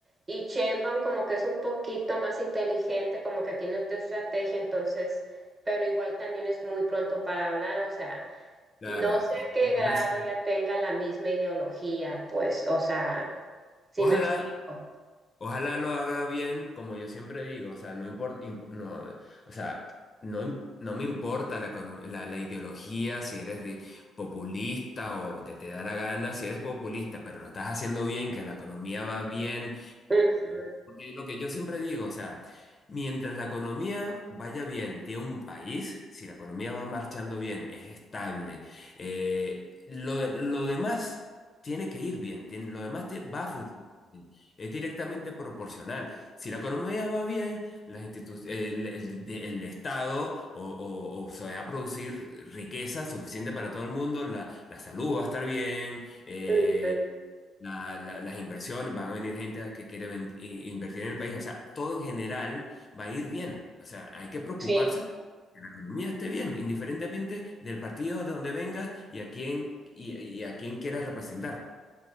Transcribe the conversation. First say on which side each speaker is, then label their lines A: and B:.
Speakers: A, on the right; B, on the left.
A: Y Sheinbaum como que es un poquito más inteligente, como que tiene otra estrategia, entonces, pero igual también es muy pronto para hablar, o sea,
B: Claro,
A: no sé
B: es
A: a qué
B: muy
A: grado
B: reciente.
A: ya tenga la misma ideología, pues, o sea, si
B: Ojalá.
A: me explico.
B: Ojalá lo haga bien, como yo siempre digo, o sea, no importa, no, o sea, no, im- no me importa la, econom- la, la ideología, si eres de populista o lo que te da la gana, si eres populista, pero lo estás haciendo bien, que la economía va bien,
A: Ujú.
B: porque lo que yo siempre digo, o sea, mientras la economía vaya bien de un país, si la economía va marchando bien, es estable, eh, lo, lo demás tiene que ir bien, tiene- lo demás te- va a funcionar. bien. Es directamente proporcional. Si la economía va bien, las institu- el, el- de- el Estado o, o- o se va a producir riqueza suficiente para todo el mundo, la, la salud va a estar bien, eh,
A: Ujú.
B: la- la- las inversiones, van a venir gente a que quiere ven- i- invertir en el país, o sea, todo en general va a ir bien, o sea, hay que preocuparse
A: Sí.
B: que la economía esté bien, indiferentemente del partido de donde vengas y a quién, y, y a quién quieras representar.